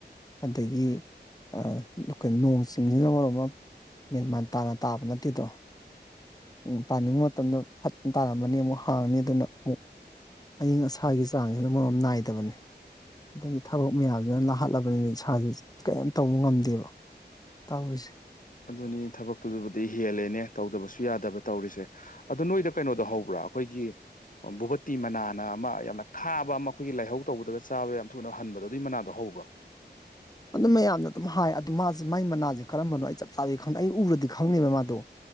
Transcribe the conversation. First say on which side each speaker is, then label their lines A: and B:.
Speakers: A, on the left; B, on the left.
A: ꯑꯗꯒꯤ ꯑꯥ ꯀꯩꯅꯣ ꯅꯣꯡ ꯆꯤꯡꯖꯤꯅ ꯃꯔꯣꯝ ꯑꯃ ꯃꯦꯟꯃꯥꯟ ꯇꯥꯅ ꯇꯥꯕ ꯅꯠꯇꯦꯗꯣ ꯎꯝ ꯄꯥꯅꯤꯡꯉꯣ ꯃꯇꯝꯗ ꯐꯠ ꯇꯥꯔꯝꯃꯅꯤ ꯑꯃꯨꯛ ꯍꯥꯡꯅꯤ ꯑꯗꯨꯅ ꯃꯨꯛ ꯑꯏꯪ ꯑꯁꯥꯒꯤ ꯆꯥꯡꯖꯤꯅ ꯃꯔꯣꯝ ꯑꯃ ꯅꯥꯏꯗꯕꯅꯦ ꯑꯗꯒꯤ ꯊꯕꯛ ꯃꯌꯥꯝꯁꯤꯅ ꯂꯥꯍꯠꯂꯕꯅꯤꯅ ꯏꯁꯥꯖꯦ ꯀꯩꯝ ꯇꯧꯕ ꯉꯝꯗꯦꯕ ꯇꯧꯔꯤꯁꯦ
B: ꯑꯗꯨꯅꯤ ꯊꯕꯛꯇꯨꯖꯨꯕꯨꯗꯤ ꯍꯦꯜꯂꯦꯅꯦ ꯇꯧꯗꯕꯁꯨ ꯌꯥꯗꯕ ꯇꯧꯔꯤꯁꯦ ꯑꯗꯨ ꯅꯣꯏꯗ ꯀꯩꯅꯣꯗꯣ ꯍꯧꯕ꯭ꯔꯣ ꯑꯩꯈꯣꯏꯒꯤ ꯚꯣꯕꯠꯇꯤ ꯃꯅꯥꯅ ꯑꯃ ꯌꯥꯝꯅ ꯈꯥꯕ ꯑꯃ ꯑꯩꯈꯣꯏꯒꯤ ꯂꯥꯏꯍꯧ ꯇꯧꯕꯗꯒ ꯆꯥꯕ ꯌꯥꯝ ꯊꯨꯅ ꯍꯟꯕꯗꯣ ꯑꯗꯨꯏ ꯃꯅꯥꯗꯣ ꯍꯧꯕ꯭ꯔꯣ
A: ꯑꯗꯨꯝ ꯃꯌꯥꯝꯅ ꯑꯗꯨꯝ ꯍꯥꯏ ꯑꯗꯨ ꯃꯥꯖꯤ ꯃꯥꯏ ꯃꯅꯥꯖꯦ ꯀꯔꯝꯕꯅꯣ ꯑꯩ ꯆꯞ ꯆꯥꯕꯤ ꯈꯪꯗꯦ ꯑꯩ ꯎꯔꯗꯤ ꯈꯪꯅꯤꯕ ꯃꯥꯗꯣ